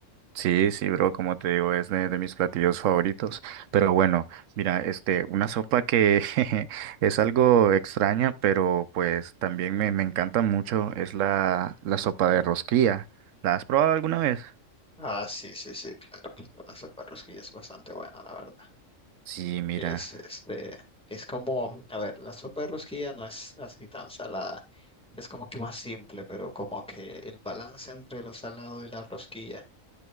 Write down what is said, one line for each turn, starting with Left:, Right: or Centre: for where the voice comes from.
Right: Sí, sí, bro, como te digo, es de, de mis platillos favoritos. Pero bueno, mira, este, una sopa que <laughs> es algo extraña, pero pues también me, me encanta mucho, es la, la sopa de rosquilla. ¿La has probado alguna vez?
Centre: Ah, sí, sí, sí, claro, claro, la sopa de res que es bastante buena, la verdad.
Right: Sí, mira.
Centre: Es, este, es como, a ver, la sopa de rosquilla no es así tan salada, es como que más simple, pero como que el balance entre lo salado y la rosquilla